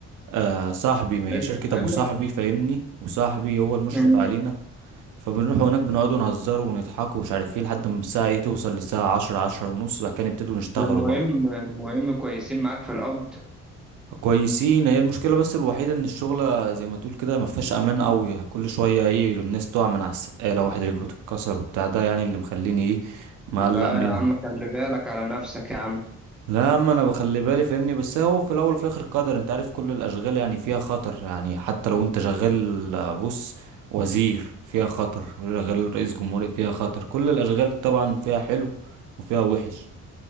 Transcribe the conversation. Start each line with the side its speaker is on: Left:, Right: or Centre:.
Right: آه صاحبي
Centre: اتكلمت
Right: ما هي شركة
Centre: عنك
Right: ابو صاحبي فاهمني وصاحبي هو المشرف
Centre: مم.
Right: علينا فبنروح هناك بنقعد ونهزر ونضحك ومش عارف ايه لحد ما الساعة ايه توصل للساعة عشرة عشرة ونص بعد كده نبتدوا نشتغلوا
Centre: المهم
Right: بقى
Centre: المهم كويسين معاك في القبض
Right: كويسين هي المشكلة بس الوحيدة ان الشغلة زي ما تقول كده ما فيهاش امان قوي كل شوية ايه الناس تقع من على السقالة واحد رجله تتكسر وبتاع ده يعني اللي مخليني ايه مقلق
Centre: لا
Right: منها
Centre: يا عم خلي بالك على نفسك يا عم
Right: لا يا عم انا بخلي بالي فاهمني بس هو في الاول وفي الاخر قدر انت عارف كل الاشغال يعني فيها خطر يعني حتى لو انت شغال آه، بص وزير فيها خطر شغال رئيس جمهورية فيها خطر كل الاشغال طبعا فيها حلو وفيها وحش